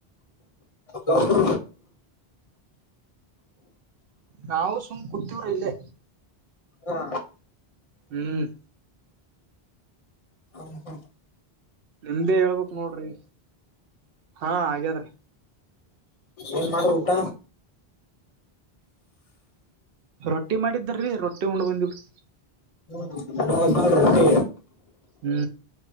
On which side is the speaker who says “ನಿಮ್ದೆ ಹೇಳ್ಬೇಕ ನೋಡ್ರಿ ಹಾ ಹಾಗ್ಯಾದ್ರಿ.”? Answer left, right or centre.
Right